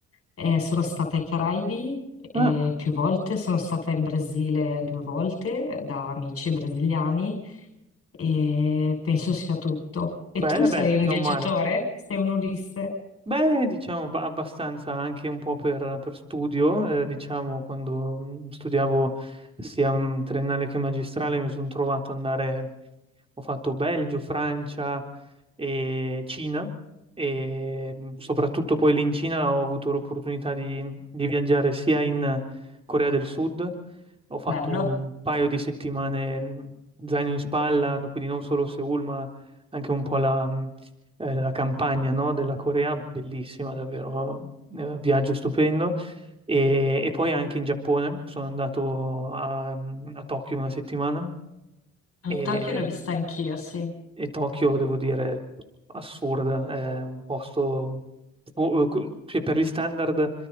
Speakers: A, on the left; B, on the right.
A: Eh, sono stata ai Caraibi eh,
B: Ah.
A: più volte, sono stata in Brasile due volte eh, da amici brasiliani e penso sia tutto. E
B: Beh,
A: tu
B: eh
A: sei
B: beh,
A: un
B: non
A: viaggiatore?
B: male.
A: Sei un Ulisse?
B: Beh, diciamo abba- abbastanza anche un po' per, per studio, eh, diciamo quando mm, studiavo sia mm, triennale che magistrale mi sono trovato ad andare, ho fatto Belgio, Francia e Cina e mm, soprattutto poi lì in Cina ho avuto l'opportunità di, di viaggiare sia in Corea del Sud, ho fatto
A: Bello.
B: un paio di settimane mm, zaino in spalla, no- quindi non solo Seoul ma anche un po' la mm, eh, la campagna, no, della Corea, bellissima, davvero, eh, viaggio stupendo. E, e poi anche in Giappone, sono andato a, a Tokyo una settimana
A: Mm,
B: e
A: Tokyo l'ho vista anch'io, sì.
B: e Tokyo, devo dire, assurda, è un posto fu- cioè, per gli standard